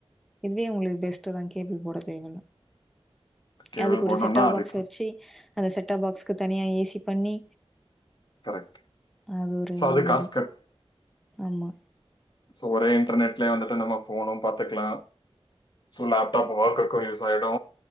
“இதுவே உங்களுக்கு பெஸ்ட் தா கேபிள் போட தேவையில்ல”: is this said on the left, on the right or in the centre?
Centre